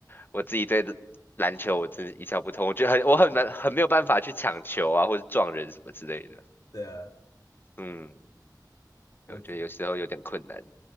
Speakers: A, on the left; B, on the left.
A: 我自己对篮球我真的一窍不通。我觉得很我很难很没有办法去抢球啊，或者撞人什么之类的。
B: 对啊，
A: 嗯，
B: 我
A: 我觉得有时候有点困难。